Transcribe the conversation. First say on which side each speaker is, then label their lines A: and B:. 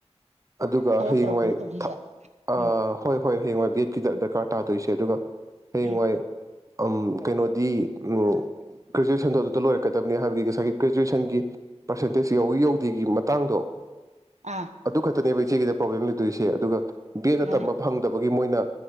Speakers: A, on the right; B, on the right.
A: ꯑꯗꯨꯒ
B: ꯊꯕꯛ
A: ꯍꯌꯦꯡꯋꯥꯏ
B: ꯇꯧꯔꯛꯄꯗ ꯇꯧꯗꯣꯏꯁꯦ
A: ꯊ ꯑꯥ
B: ꯎꯝ
A: ꯍꯣꯏ ꯍꯣꯏ ꯍꯌꯦꯡꯋꯥꯏ ꯕꯤꯑꯦꯠꯀꯤꯗ ꯗ ꯀꯥ ꯇꯥꯗꯣꯏꯁꯦ ꯑꯗꯨꯒ ꯍꯌꯦꯡ
B: ꯎꯝ
A: ꯋꯥꯏ ꯑꯝ ꯀꯩꯅꯣꯗꯤ ꯎ ꯒ꯭ꯔꯦꯖꯨ꯭ꯋꯦꯁꯟꯗꯣ ꯑꯗꯨꯗ ꯂꯣꯏꯔꯛꯀꯗꯕꯅꯤ ꯍꯥꯏꯕꯒꯤ ꯉꯁꯥꯏꯒꯤ ꯒ꯭ꯔꯦꯖꯨ꯭ꯋꯦꯁꯟꯒꯤ ꯄꯔꯁꯦꯟꯇꯦꯖ ꯌꯧꯋꯤ ꯌꯧꯗꯦꯒꯤ ꯃꯇꯥꯡꯗꯣ
B: ꯑꯥ
A: ꯑꯗꯨ ꯈꯛꯇꯅꯦꯕ ꯁꯤꯒꯤꯗ ꯄ꯭ꯔꯣꯕ꯭ꯂꯦꯝ ꯂꯩꯇꯣꯏꯁꯦ ꯑꯗꯨꯒ ꯕꯦꯗ
B: ꯃꯥꯅꯦ
A: ꯇꯝꯕ ꯐꯪꯗꯕ ꯃꯣꯏꯅ